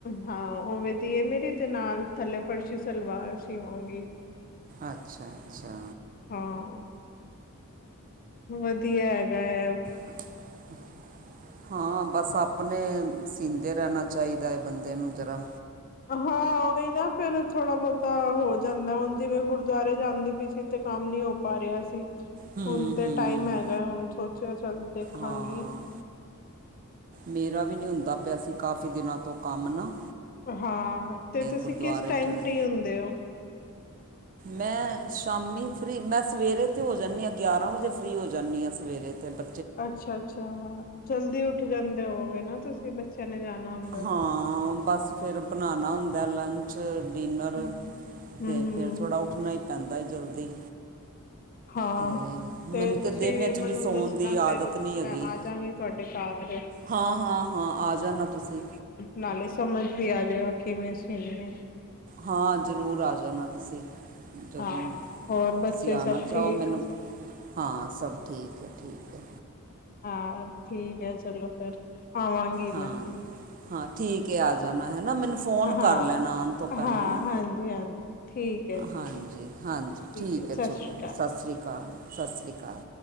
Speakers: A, on the left; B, on the right.
A: ਹਾਂ, ਉਵੇ ਦੀ ਹੈ ਮੇਰੀ ਤੇ ਨਾਲ ਥੱਲੇ ਫਰਸ਼ੀ ਸਲਵਾਰ ਸੀਵਾਂਗੀ।
B: ਅੱਛਾ-ਅੱਛਾ।
A: ਹਾਂ, ਵਧੀਆ ਹੈਗਾ ਹੈ।
B: ਹ <unintelligible> ਹਾਂ, ਬਸ ਆਪਣੇ ਸੀਦੇ ਰਹਿਣਾ ਚਾਹੀਦਾ ਹੈ ਬੰਦੇ ਨੂੰ ਜਰਾ।
A: ਹਾਂ, ਉਹੀ ਨਾ ਫੇਿਰ ਥੋੜਾ ਬਹੁਤਾ ਹੋ ਜਾਂਦਾ ਹੁਣ ਜਿਵੇਂ ਗੁਰਦੁਆਰੇ ਜਾਂਦੀ ਪਈ ਸੀ। ਤੇ ਕੰਮ ਨੀ ਹੋ ਪਾ ਰਿਹਾ ਸੀ,
B: ਹੂੰ
A: ਹੁਣ ਤੇ
B: ਹੂੰ
A: ਟਾਈਮ ਹੈਗਾ ਹੁਣ ਸ ਚਾ ਚੱਲ ਦੇਖਾਂਗੀ।
B: ਹਾਂ ਮੇਰਾ ਵੀ ਨਹੀਂ ਹੁੰਦਾ ਪਿਆ ਸੀ, ਕਾਫੀ ਦਿਨਾਂ ਤੋਂ ਕੰਮ ਨਾ।
A: ਹਾਂ, ਤੇ, ਤੁਸੀਂ
B: ਗੁਰਦੁਆਰੇ
A: ਕਿਸ ਟਾਈਮ
B: ਚਲੇ
A: ਫ੍ਰਰੀ ਹੁੰਦੇ ਔ?
B: ਮੈਂ ਸ਼ਾਮੀ ਫ੍ਰੀ, ਮੈਂ ਸਵੇਰੇ ਤੋਂ ਹੋ ਜਾਂਨੀ ਆ ਗਿਆਰਾਂ ਵਜੇ ਫ੍ਰੀ ਹੋ ਜਾਂਨੀ ਆ, ਸਵੇਰੇ ਤੇ ਬ
A: ਅੱਛਾ-ਅੱਛਾ ਹਾਂ, ਜਲਦੀ ਉੱਠ ਜਾਂਦੇ ਹੋਵੋਗੇ ਨਾ ਤੁਸੀਂ ਬੱਚਿਆਂ ਨੇ ਜਾਣਾ ਹੂੰ
B: ਹਾਂ, ਬਸ ਫਿਰ ਬਣਾਣਾ ਹੁੰਦਾ ਏ ਲੰਚ, ਡਿਨਰ
A: ਹਮ ਹਮ
B: ਤੇ
A: ਹਮ
B: ਫਿਰ ਥੋੜਾ ਉੱਠਣਾ ਹੀ ਪੈਂਦਾ ਏ ਜਲਦੀ।
A: ਹਾਂ!
B: ਤੇ
A: ਤੇ
B: ਮੈਨੂੰ
A: ਤੁਸੀਂ
B: ਦਿਨ ਵਿੱਚ
A: ਮੈਨੂੰ
B: ਵੀ ਸੌਣ
A: ਦੱਸਣਾ
B: ਦੀ
A: ਫਿਰ
B: ਆਦਤ ਨਹੀਂ ਹੈਗੀ
A: ਮੈਂ ਆਜਾਂਗੀ ਤੁਹਾਡੇ ਘਾਰ।
B: ਹਾਂ- ਹਾਂ- ਹਾਂ। ਆ ਜਾਂਣਾ ਤੁਸੀਂ।
A: ਨਾਲੇ ਸਮਝ ਵੀ ਆ ਜਾਏਗਾ। ਕਿਵੇਂ ਸੀਨੀ ਏ।
B: ਹਾਂ! ਜ਼ਰੂਰ ਆ ਜਾਣਾ ਤੁਸੀਂ। ਜਦੋਂ।
A: ਹਾਂ ਹੋਰ ਬੱਚੇ
B: ਤੁਸੀਂ ਆਣਾ
A: ਸਭ
B: ਚਾਹੋ
A: ਠੀਕ
B: ਮੈਨੂੰ ਹਾਂ! ਸਭ ਠੀਕ ਏ। ਠੀਕ ਏ।
A: ਹਾਂ! ਠੀਕ ਐ। ਚਲੋ ਫੇਰ ਆਵਾਂਗੀ। ਮੈਂ
B: ਹਾਂ। ਹਾਂ ਠੀਕ ਐ। ਆ ਜਾਣਾ ਹੈਨਾ। ਮੈਨੂੰ ਫੋਨ
A: ਹਾਂ
B: ਕਰ ਲੈਣਾ ਆਣ ਤੋਂ ਪਹਿਲੇ
A: ਹਾਂ
B: ਨਾ।
A: ਹਾਂਜੀ ਹਾਂਜੀ ਠੀਕ ਹੈ ਜੀ
B: ਹਾਂਜੀ-ਹਾਂਜੀ ਠੀਕ
A: ਹੈ ਸਤਿ
B: ਏ ਜੀ ਚਲੋ।
A: ਸ਼੍ਰੀ ਅਕਾਲ
B: ਸੱਸਰੀ ਕਾਲ। ਸੱਸਰੀ ਕਾਲ।